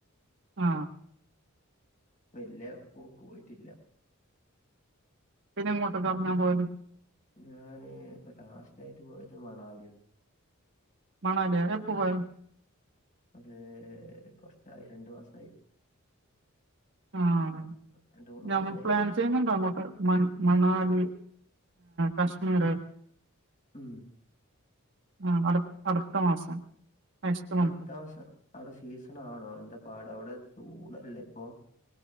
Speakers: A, on the right; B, on the left.
A: ആ
B: വല്യ പോക്ക് പോയിട്ടില്ല.
A: പിന്നെ എങ്ങോട്ടൊക്ക കറങ്ങാൻ പോവല്
B: ഞാന് ഇപ്പൊ ലാസ്റ്റ് ആയിട്ട് പോയത് മണാലിയ
A: മണാലിയ എപ്പൊ പോയി
B: അത് കൊറച്ചായി രണ്ടു മാസായി
A: ആഹ്
B: രണ്ട് മൂന്ന്
A: നമ്മ
B: മാസായി
A: പ്ലാൻ ചെയ്യുന്നുണ്ട് അങ്ങോട്ട് മണാലി കശ്മീർ
B: ഉം.
A: ആഹ് അടു അടുത്ത മാസം. നെക്സ്റ്റ്
B: അടുത്ത
A: മന്ത്
B: മാസം അവിടെ സീസൺ ആണോ എന്താ പാട് അവിടെ ചൂടല്ലേ ഇപ്പൊ